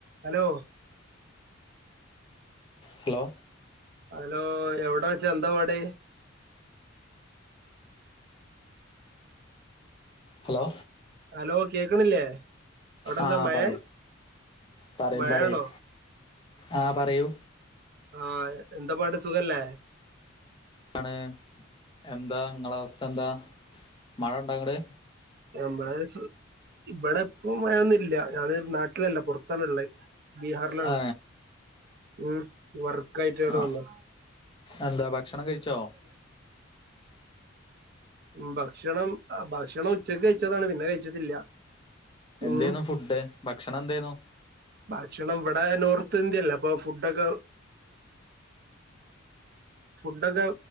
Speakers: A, on the right; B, on the left.
A: hello
B: hello
A: hello എവിടാ വെച്ചാ എന്താവടെ
B: ഹലോ
A: ഹലോ കേക്കണില്ലേ അവിടെ എന്താ
B: ആഹ്
A: മഴ
B: പറയു പറയും
A: മഴയാണോ
B: പറയും ആ പറയൂ
A: ആഹ് എന്താപാട് സുഖല്ലേ
B: മാണ് എന്താ നിങ്ങള അവസ്ഥ എന്താ മഴ ഇണ്ടാ അങ്ങട്
A: നമ്മള് സു ഇവിടെ ഇപ്പ മഴയൊന്നുമല്ല ഞാൻ നാട്ടിലല്ല പുറത്താണ്ള്ളത് ബിഹാറിലാണ്
B: ആ
A: ഉം വർക്ക് ആയിട്ട് ഇവിടെ
B: ആ
A: വന്ന്
B: എന്താ ഭക്ഷണം കഴിച്ചോ
A: ഉം ഭക്ഷണം ഭക്ഷണം ഉച്ചക്ക് കഴിച്ചതാണ് പിന്നെ കഴിച്ചിട്ടില്ല
B: എന്തായിന്ന്
A: ഉം
B: ഫുഡ് ഭക്ഷണം എന്തയിന്നു
A: ഭക്ഷണം ഇവിടെ നോർത്ത് ഇന്ത്യ അല്ലെ അപ്പൊ ഫുഡൊക്കെ ഫുഡൊക്കെ